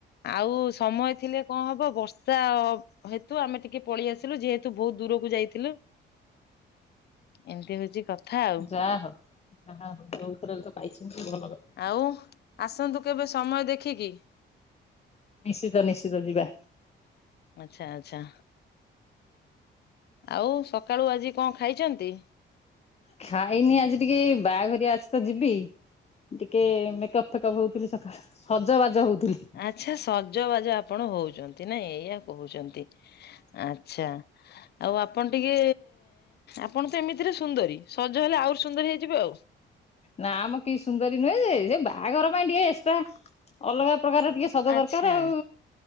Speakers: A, on the left; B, on the left.
A: ଆଉ ସମୟ ଥିଲେ କଣ ହବ ବର୍ଷା। ହେତୁ, ଆମେ ଟିକେ ପଳେଇ ଆସିଲୁ। ଯେହେତୁ ବହୁତ ଦୂରକୁ ଯାଇଥିଲୁ। ଏମିତି ହଉଛି କଥା ଆଉ।
B: ଓହୋ <unintelligible> ପାଇଛନ୍ତି ଭଲ
A: ଆଉ ଆସନ୍ତୁ କେବେ ସମୟ ଦେଖିକି।
B: ନିଶ୍ଚିତ ନିଶ୍ଚିତ ଯିବା।
A: ଆଚଛା ଆଚଛା। ଆଉ ସକାଳୁ ଆଜି କଣ ଖାଇଛନ୍ତି?
B: ଖାଇନି ଆଜି ଟିକେ ବାହାଘର ଆସ ତ ଯିବି। ଟିକେ ମେକପ୍ ଫେକପ୍ ହଉଥିଲିକା ସଜ ବାଜ ହଉଥିଲି।
A: ଆଚ୍ଛା ସଜବାଜ ଆପଣ ହଉଛନ୍ତି। ନାଇଁ ଏଇଆ କହୁଛନ୍ତି ଆଚ୍ଛା। ଆଉ ଆପଣ ଟିକେ, ଆପଣ ତ ଏମିତିରେ ସୁନ୍ଦରୀ, ସଜ ହେଲେ ଆହୁରି ସୁନ୍ଦରୀ ହେଇଯିବ ଆଉ
B: ନା ଆମ କିଛି ସୁନ୍ଦରୀ ନୁହେଁ ଯେ, ବାହାଘର ପାଇଁ ଟିକେ ଏକ୍ସଟ୍ରା। ଅଲଗା ପ୍ରକାର ଟିକେ ସଦ
A: ଆଚ୍ଛା
B: ଦରକାର ଆଉ।